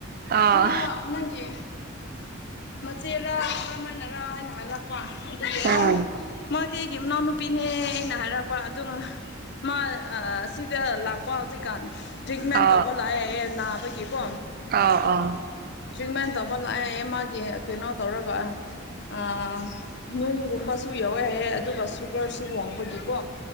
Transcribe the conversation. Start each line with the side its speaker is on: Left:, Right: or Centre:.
Right: ꯑꯥ ꯑꯥ
Left: ꯃꯥ ꯅꯪꯒꯤ ꯃꯆꯦꯔ ꯀꯃꯥꯏꯅꯔꯥ ꯍꯥꯏꯅ ꯍꯥꯏꯒꯠꯄ ꯑꯗꯨꯒꯤ
Right: ꯑꯥ
Left: ꯑꯣ ꯃꯥꯗꯤ ꯑꯩꯒꯤ ꯃꯅꯥꯎꯅꯨꯄꯤꯅꯦ ꯑꯩꯅ ꯍꯥꯏꯔꯛꯄ ꯑꯗꯨꯝ ꯃꯥ ꯁꯤꯗ ꯂꯥꯛꯄ ꯍꯧꯎꯖꯤꯛ ꯀꯥꯟ ꯇ꯭ꯔꯤꯠꯃꯦꯟ
Right: ꯑꯥ
Left: ꯇꯧꯕ ꯂꯥꯛꯑꯦꯌꯦ ꯅꯥꯕꯒꯤꯀꯣ
Right: ꯑꯥꯎ ꯑꯥꯎ
Left: ꯇ꯭ꯔꯤꯠꯃꯦꯟ ꯇꯧꯕ ꯂꯥꯛꯑꯦ ꯃꯥꯒꯤ ꯀꯅꯣ ꯇꯧꯔꯒ ꯑꯥ ꯅꯨꯡꯒꯨꯝꯕꯁꯨ ꯌꯥꯎꯋꯦ ꯍꯥꯏꯌꯦ ꯑꯗꯨꯒ ꯁꯨꯒꯔꯁꯨ ꯋꯥꯡꯕꯒꯤꯀꯣ